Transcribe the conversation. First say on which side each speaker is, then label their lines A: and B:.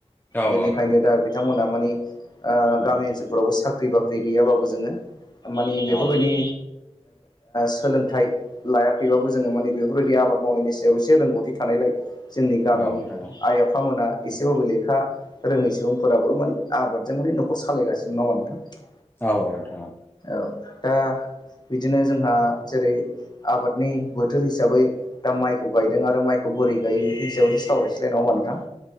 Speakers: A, on the left; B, on the left.
A: औ
B: बेनिखायनो
A: औ नोंथां
B: दा बिथांमोनहा मानि ओ
A: उम
B: गामि ओनसोलफोरावबो साख्रि साख्रि बाख्रि गैयाबाबो जोङो मानि बेफोर
A: औ
B: बायदि सोलोंथाइ लायाखैबाबो जोङो मानि बेफोरबायदि आबाद मावनायनि सायाव एसे रोंगौथि थानायलाय जोंनि गामिनि
A: नोंथां
B: आइ आफामोना एसेबाबो लेखा रोङै सुबुंफोराबो माने आबादजों माने न'खर सालायगासिनो नंआ‌ होनबा नोंथां
A: औथां
B: औ दा बिदिनो जोंहा जेरै आबादनि बोथोर हिसाबै दा माइखौ गायदों आरो माइखौ बोरै गायो बेफोरनि सायावसो सावरायसि बे नंआ होनबा नोंथां